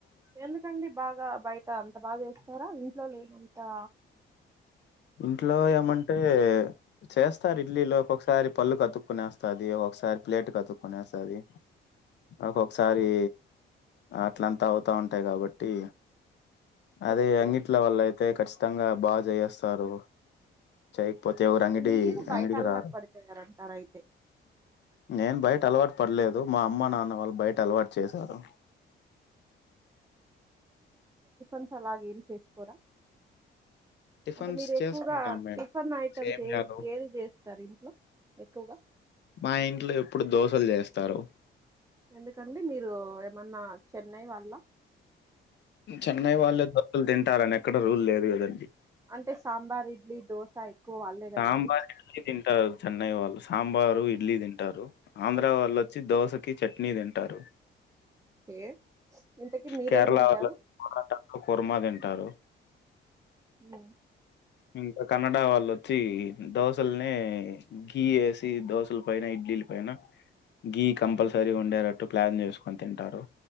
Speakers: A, on the right; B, on the left.
A: ఎందుకండీ బాగా బయట అంత బాగ చేస్తారా ఇంట్లో లేనంతా
B: ఇంట్లో ఏమంటే చేస్తారిడ్లీ లో ఒక సారి పళ్ళుకతుక్కునేస్తాది ఒకొక్కసారి ప్లేటుకు అతుక్కునేస్తాది ఒక్కొక్కసారీ
A: ఓహో
B: అట్లంతా అవుతావుంటాయి కాబట్టీ అదే
A: ఓకే
B: అంగిట్లో వాల్లయితే కఖచ్చితంగా బాగ చేయిస్తారు చెయ్కపోతే ఎవరు
A: అంటే
B: అంగిడి
A: మీరు బయట
B: అంగడికి
A: అలవాటు
B: రారు
A: పడిపోయారంటారు అయితే
B: నేన్ బయ టలవాటు పడలేదు మా అమ్మ నాన్న వాళ్ళు బయట అలవాటు చేశారు
A: న్స్ అలాగేం చేసుకోరా
B: టిఫిన్స్
A: అంటె మీరెక్కువగా
B: చేసుకుంటాం మేము
A: టిఫన్ ఐటమ్స్
B: సేమియాలు
A: ఏ ఏది చేస్తారు ఇంట్లో ఎక్కువగా
B: మా ఇంట్లో ఎప్పుడు దోశల్జేస్తారు
A: ఎందుకండి మీరు ఏమన్నా చెన్నై వాళ్ల్ల
B: మ్మ్ చెన్నై వాళ్ళే దోశలు తింటారని ఎక్కడ రూల్ లేదు గదండి
A: అంటే సాంబార్ ఇడ్లీ దోశ ఎక్కువ వాళ్ళే కదండి
B: సాంబార్ ఇడ్లీ తింటారు చెన్నై వాళ్ళు సాంబారు ఇడ్లీ తి టారు ఆంధ్రా వాళ్ళోచ్చి దోశకి చక్నీ తింటారు
A: ఓకే ఇంతకీ మీరేందింటారు
B: కేరళ వాళ్ళు వచ్చి పొరాటాలు కుర్మా తింటారు
A: ఊ
B: ఇంక కనడా వాళ్ళొచ్చీ దోశల్నే గీ ఏసి దోశల పైన ఇడ్లీల పై న గీ కంపల్సరీ ఉండేటట్టు ప్లాన్జెసుకొని తింటారు